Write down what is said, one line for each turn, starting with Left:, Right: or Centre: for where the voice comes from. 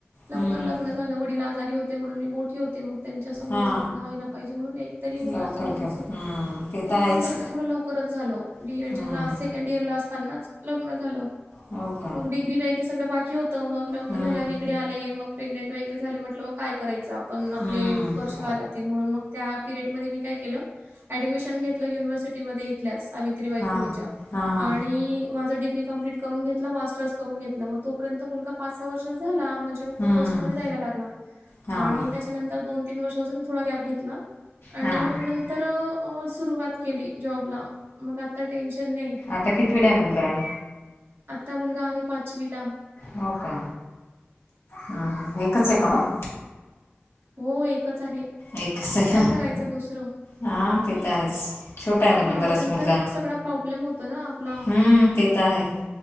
Right: लवकर
Left: हम्म
Right: लग्न झालं वडील आजारी होते म्हणून मी मोठे होते मग त्यांच्या समोर
Left: हा
Right: लग्न व्हायला पाहिजे म्हणून एकतरी मुलाचं
Left: लवकर
Right: मुलीचं
Left: कर हम्म ते
Right: मग
Left: तर
Right: माझं
Left: आहेच
Right: लग्न थोडं लवकरच झालं, डीए
Left: हम्म
Right: च्या ला केंड ईयर ला असतानाच लग्न झालं.
Left: हो का.
Right: मग डिग्री वगैरे सगळं बाकी होतं,, मग लग्न
Left: हम्म
Right: झाल्यावर इकडे आले, मग प्रेग्नेंट वगैरे झाले म्हटलं मग काय करायचं आपणं आपले
Left: हम्म
Right: वर्ष वाया जातील, म्हणून मग त्या पिरियड मध्ये मी काय केलं ऍडमिशन घेतलं युनिव्हर्सिटीमध्ये इथल्याच सावित्रीबाई
Left: हा
Right: फुलेच्या,,
Left: हा हा
Right: आणि माझा डिग्री कंप्लीट करून घेतलं मास्टर्स करून घेतलं,, मग तोपर्यंत मुलगा पाच सहा वर्षाचा झाला, मज मग
Left: हम्म
Right: तो फर्स्ट मध्ये जायला लागला,,
Left: हां
Right: आणि त्याच्यानंत दोन तीन वर्ष अजून थोडा गॅप घेतला,, आणि
Left: हां
Right: मग त्यानंतर तर अ सुरुवात केली जॉबला, मग आता टेन्शन नाही.
Left: आता कितवीला आहे मुलगा आणि.?
Right: आत्ता मुलगा आहे पाचवी ला.
Left: होका,, अ एकचय का मग?
Right: हो एकच आहे.
Left: एकच आहे,,
Right: काय करायचं दुसरं?
Left: हा तेथत आहेच. छोटा आहे म्हणजे
Right: हां,
Left: बराच
Right: नंतर
Left: मुलगा,,
Right: मग सगळा प्रॉब्लेम होतो ना आपला.
Left: हम्म ते तर आहे.